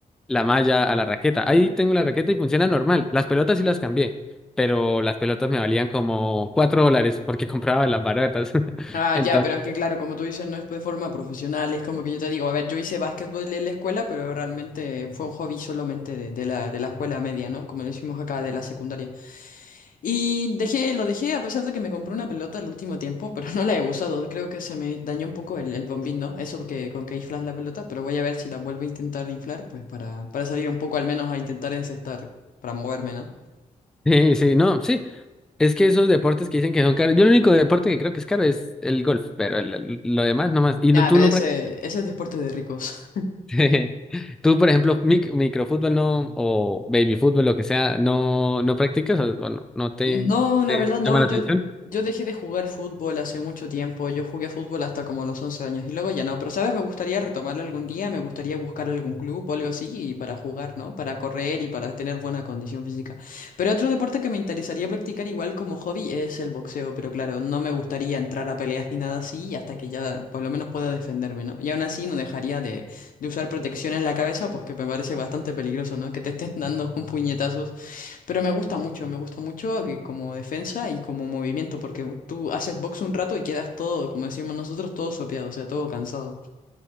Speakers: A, in the centre; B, on the left.
A: la malla a la raqueta. Ahí tengo la raqueta y funciona normal. Las pelotas sí las cambié, pero las pelotas me valían como cuatro dólares porque <laughs> compraba las baratas. <laughs>
B: Ah,
A: Entonces,
B: ya, pero es que claro, como tú dices, no es de forma profesional, es como que yo te digo, a ver, yo hice básquetbol en la escuela, pero realmente fue un hobby solamente de, de la, de la escuela media, ¿no? Como decimos acá, de la secundaria. Y dejé, lo dejé a pesar de que me compré una pelota el último tiempo, pero <laughs> no la he usado. Creo que se me dañó un poco el, el bombín, ¿no? Eso que, con que inflas la pelota, pero voy a ver si la vuelvo a intentar inflar, pues para, para salir un poco al menos a intentar encestar, para moverme, ¿no?
A: sí, sí, no, sí. Es que esos deportes que dicen que son caros, yo el único deporte que creo que es caro es el golf, pero el- el- lo demás no más. Y
B: Nada,
A: no, tú
B: pero
A: no
B: ese,
A: practicas.
B: ese es deporte de ricos.
A: <laughs> Tú, por ejemplo, mic- microfútbol no, o baby fútbol, lo que sea, no, no practicas o, o no, no te,
B: No,
A: no
B: la
A: te
B: verdad no,
A: llama la
B: yo,
A: atención.
B: yo dejé de jugar fútbol hace mucho tiempo, yo jugué fútbol hasta como los 11 años y luego ya no, pero sabes, me gustaría retomarlo algún día, me gustaría buscar algún club o algo así y para jugar, ¿no? Para correr y para tener buena condición física. Pero otro deporte que me interesaría practicar igual como hobby es el boxeo, pero claro, no me gustaría entrar a peleas ni nada así hasta que ya por lo menos pueda defenderme, ¿no? Y aún así no dejaría de, de usar protección en la cabeza, pues que me parece bastante peligroso, ¿no? Que te estén <laughs> dando un puñetazo. Pero me gusta mucho, me gusta mucho que como defensa y como movimiento, porque tú haces box un rato y quedas todo, como decimos nosotros, todo sopeado, o sea, todo cansado.